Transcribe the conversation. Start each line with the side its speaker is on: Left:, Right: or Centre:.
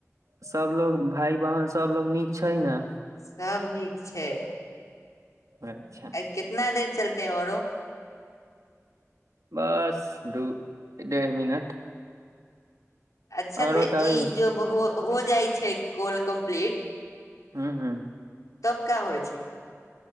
Right: सभ लोक भाय बहिन सभ लोक नीक छै ने?
Left: सभ नीक छै।
Right: अच्छा
Left: ई कतेक देर चलतै आओर?
Right: बस, दू डेढ़ मिनट।
Left: अच्छा,
Right: और
Left: तऽ
Right: बताबै
Left: ई
Right: हूँ
Left: जब हो जाइ छै, कॉल कम्प्लीट।
Right: हँ हँ
Left: तब का होइ छै?